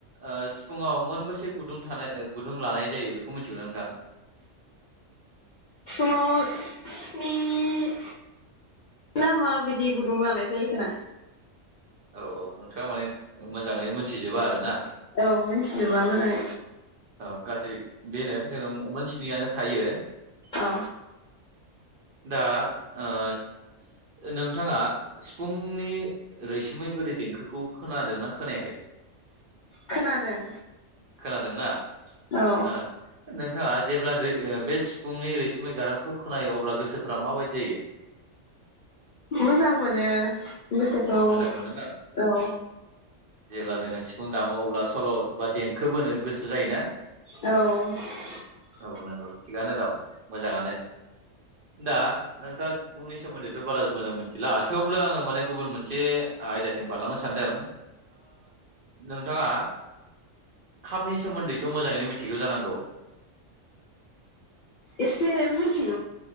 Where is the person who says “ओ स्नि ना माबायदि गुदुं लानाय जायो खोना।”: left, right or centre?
Left